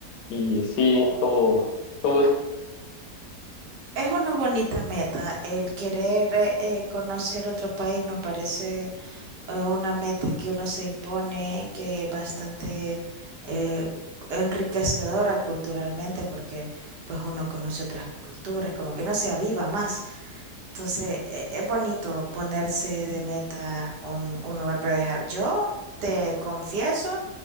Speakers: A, on the left; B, on the right.
A: y sí, todo. todo
B: Es una bonita meta. El querer eh, eh, conocer otro país me parece eh, una meta que uno se impone que es bastante eh, enriquecedora culturalmente porque pues uno conoce otras culturas, como que uno se aviva más. Entonces eh, es bonito ponerse de meta un, un lugar para viajar. Yo te confieso